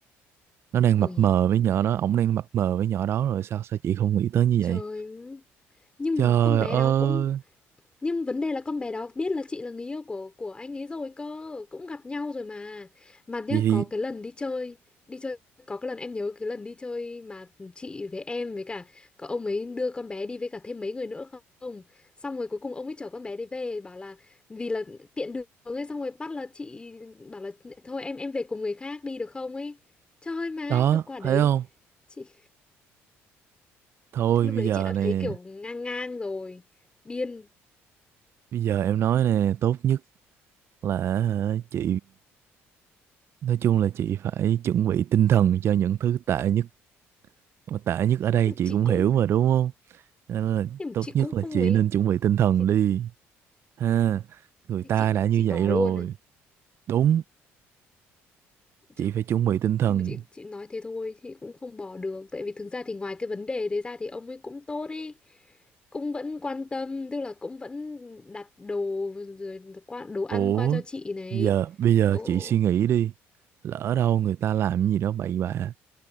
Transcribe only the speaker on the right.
nó đang
mập mờ với nhỏ đó ổng đang mập mờ với nhỏ đó rồi sao sao chị không nghĩ tới như
vậy
trời
ơi
vậy thì
đó
thấy không
thôi
bây
giờ
nè
bây giờ em nói nè tốt nhất là hả, chị nói chung là chị phải chuẩn bị tinh thần cho những thứ tệ nhất mà tệ nhất ở đây
chị
cũng
hiểu mà đúng không nên là
tốt
nhất
là
chị
nên chuẩn bị tinh thần
đi ha người
ta
đã như
vậy rồi
đúng chị
phải chuẩn bị tinh thần
ủa
giờ bây giờ
chị suy nghĩ đi lỡ đâu người ta làm gì đó bậy bạ